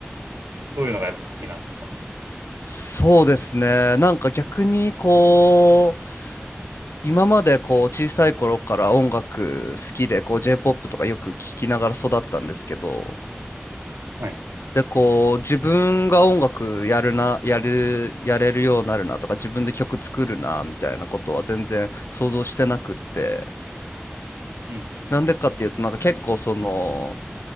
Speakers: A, on the right (about 65°); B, on the left (about 75°).
A: そういうのがやっぱ好きなんですか
B: そうですね。なんか逆にこう、今までこう小さい頃から音楽好きでこう J-POP とかよく聞きながら育ったんですけど、
A: はい。
B: でこう自分が音楽やるな、やる、やれるようになるなとか自分で曲作るなみたいなことは全然想像してなくって、
A: うん
B: なんでかっていうとなんか結構その、